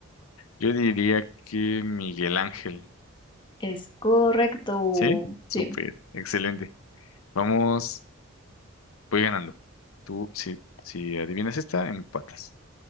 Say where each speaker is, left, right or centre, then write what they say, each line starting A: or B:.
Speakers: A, on the left (about 85°); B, on the left (about 25°).
A: Yo diría que Miguel Ángel.
B: Es correcto.
A: ¿Sí? Súper,
B: Sí,
A: excelente. Vamos. Voy ganando. Tú, si, si adivinas esta, empatas.